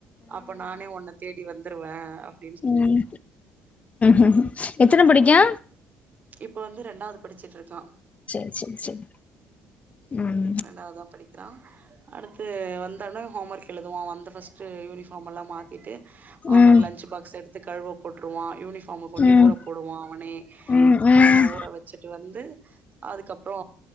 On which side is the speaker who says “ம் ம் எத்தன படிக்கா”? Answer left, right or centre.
Left